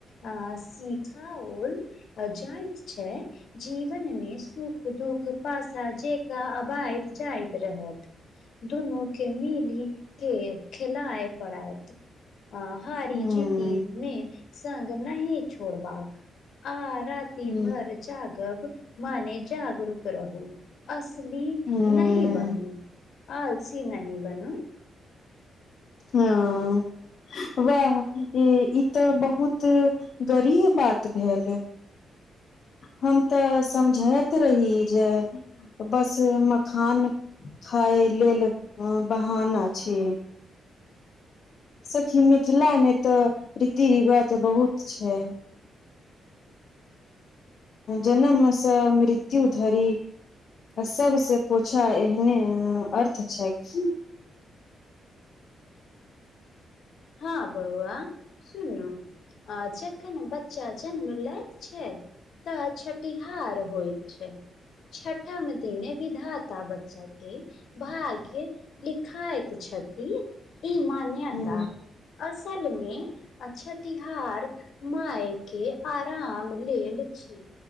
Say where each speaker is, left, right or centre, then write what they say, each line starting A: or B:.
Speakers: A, on the left (about 65°); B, on the left (about 50°).
A: अ सिखाओल जाइत छै जीवन मे सुख दुख पासा जेका अबाइत जाइत रहत दुनू के मिली के खेलय पड़ाईत आ हारी
B: ह
A: जीति में संग नहि छोड़बाक आ रा ती
B: ह
A: भरि जागब मने जागरूक रहू असली
B: ह
A: नहि बनू आलसी नहि बनू
B: हँ वाह ई तऽ बहुत गरीय बात भेल हम तऽ समझैत रही जे बस मखान खाय लेल अ बहाना छै सखी मिथिला मे तऽ रीति रिवाज बहुत छै जनमसँ मृत्यु धरि आ सबसँ पूछा एहने अर्थ छै की
A: <inaudible> हँ बौआ सुनु आ जखन बच्चा जन्म लैत छैथ तऽ छठिहार होइत छै छठम दिने विधाता बच्चा के भाग्य के लिखाइत छथि ई मान्यता
B: हँ
A: असल मे आ छठिहार माय के आराम लेल छी